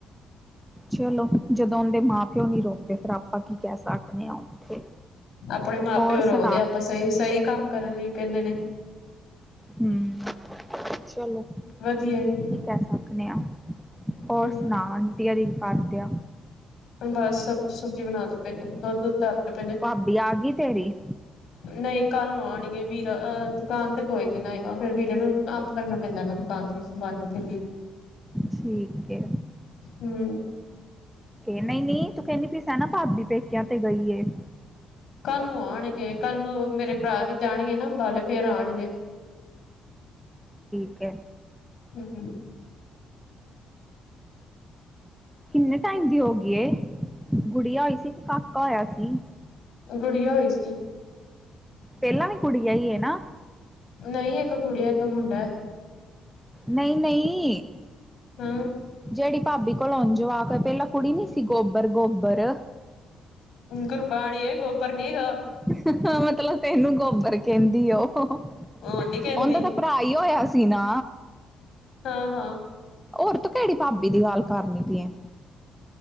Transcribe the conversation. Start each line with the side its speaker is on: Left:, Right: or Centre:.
Centre: ਚਲੋ ਜਦੋਂ ਉਂਦੇ ਮਾਂ ਪ ਕਿਉਂ ਨਹੀਂ ਰੋਕਦੇ ਫੇਰ ਆਪਾਂ ਕੀ ਕਹਿ ਸਕਨੇ ਆ ਉੱਥੇ।
Left: ਆਪਣੇ ਮਾਂ
Centre: ਹੋਰ
Left: ਪਿਓ
Centre: ਸੁਣਾ
Left: ਰੋਕਦੇ ਆਪਾਂ ਸਹੀ ਸਹੀ ਕੰਮ ਕਰਨ ਲਈ ਕਹਿੰਦੇ ਨੇ।
Centre: ਹੁੰ, ਚਲੋ।
Left: ਵਧੀਆ ਜੀ
Centre: ਕੀ ਕਹਿ ਸਕਨੇ ਆ, ਹੋਰ
Left: ਹੂੰ
Centre: ਸੁਣਾ ਆਂਟੀ ੳਰੀ ਕੀ ਕਰਦਿਆਂ?
Left: ਬਸ ਸਬਜ਼ੀ ਸੁਬਜ਼ੀ ਬਣਾ ਦ ਪਏ ਨੇ ਦੁੱਧ ਕਰਦੇ ਪਏ ਨੇ,
Centre: ਭਾਬੀ ਆ ਗਈ ਤੇਰੀ
Left: ਨਹੀਂ ਕੱਲ ਨੂੰ ਆਨਗੇ ਵੀਰ। ਹ ਦੁਕਾਨ ਤੇ ਕੋਈ ਨੀ ਨਾ ਹੇਗਾ ਫੇਰ ਵੀ ਵੀਰੇ ਨੂੰ ਕੰਮ ਕਰਨਾ ਪੈਂਦਾ ਨਾ ਦੁਕਾਨ ਤੇ ਸੰਭਾਲਣੀ ਪੈਂਦੀ
Centre: ਠੀਕ ਏ।
Left: ਹੂੰ
Centre: ਨਹੀਂ ਨਹੀਂ ਤੂੰ ਕਹਿੰਨੀ ਪਈ ਸੇ ਨਾ ਭਾਬੀ ਪੇਕਿਆਂ ਤੇ ਗਈ ਏ।
Left: ਕੱਲ ਨੂੰ ਆਣਗੇ ਕੱਲ ਨੂੰ ਮੇਰੇ ਭਰਾ ਹੀ ਜਾਣਗੇ ਨਾ ਅੰਬਾਲੇ ਫੇਰ ਆਣਗੇ।
Centre: ਓ ਕੇ
Left: ਹੂੰ
Centre: ਕਿੰਨੇ ਟਾਈਮ ਦੀ ਹੋ ਗੀ ਏ, ਗੁੜੀਆ ਹੋਈ ਸੀ ਕਿ ਕਾਕਾ ਹੋਇਆ ਸੀ?
Left: ਗੁੜੀਆ ਹੋਈ ਸੀ।
Centre: ਪਹਿਲਾਂ ਵੀ ਗੁੜੀਆ ਹੀ ਹੈ ਨਾ?
Left: ਨਹੀਂ ਇੱਕ ਕੁੜੀ ਇੱਕ ਮੁੰਡਾ ਐ।
Centre: ਨਹੀਂ, ਨਹੀਂ।
Left: ਹੁੰ।
Centre: ਤੇਰੀ ਭਾਬੀ ਕੋਲੋਂ ਹੋੰਨ ਜਵਾਕ ਪਹਿਲਾਂ ਕੁੜੀ ਨੀ ਸੀ ਗੋ ਪਰ ਗੋਬਰ
Left: ਗੁਰਬਾਣੀ ਏ ਗੋਬਰ ਨੀ ਹੈਗਾ
Centre: ਹੇ, ਮਤਲਬ ਤੈਨੂੰ ਗੋਬਰ ਕਹਿੰਦੀ ਉਹ
Left: ਉਹ ਨੀ ਕਹਿੰਦੀ
Centre: ਔਂਦਾ ਤਾਂ ਭਰਾ ਹੋਇਆ ਸੀ ਨਾ।
Left: ਹਾਂ-ਹਾਂ।
Centre: ਔਰ ਤੂੰ ਕਿਹੜੀ ਭਾਬੀ ਦੀ ਗੱਲ ਕਰਨੀ ਪਈ ਐ?